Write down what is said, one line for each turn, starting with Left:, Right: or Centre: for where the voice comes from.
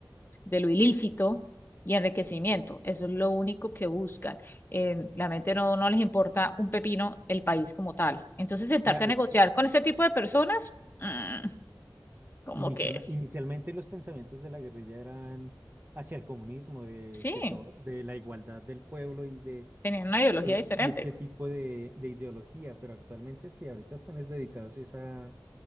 Left: de lo ilícito y enriquecimiento. Eso es lo único que buscan. Eh, la mente no, no les importa un pepino el país como tal. Entonces, sentarse
Right: Claro,
Left: a negociar
Right: es que
Left: con ese tipo de personas, mm, como
Right: inicialme-
Left: que
Right: inicialmente los pensamientos de la guerrilla eran hacia el comunismo, de
Left: sí,
Right: que todo, de la igualdad del pueblo y de
Left: tenían una ideología
Right: eh,
Left: diferente.
Right: y este tipo de, de ideología, pero actualmente sí, ahorita están es dedicados es a